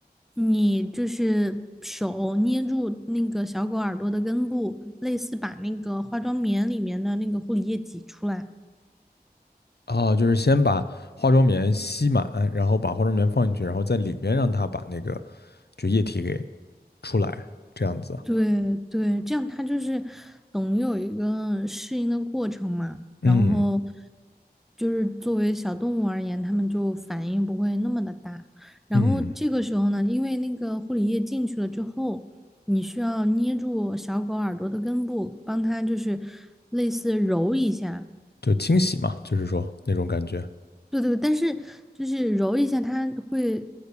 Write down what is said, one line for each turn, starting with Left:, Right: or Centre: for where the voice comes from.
Centre: 你就是手捏住那个小狗耳朵的根部，类似把那个化妆棉里面的那个护理液挤出来。
Left: 啊，就是先把化妆棉吸满，然后把化妆棉放进去，然后在里面让它把那个就液体给出来，这样子。
Centre: 对对，这样它就是等于有一个适应的过程嘛，
Left: 嗯
Centre: 然后就是作为小动物而言，它们就反应不会那么的大。然后这个时候呢，
Left: 嗯，
Centre: 因为那个护理液进去了之后，你需要捏住小狗耳朵的根部，帮它就是类似揉一下。
Left: 就清洗嘛，就是说那种感觉。
Centre: 对对，但是就是揉一下，它会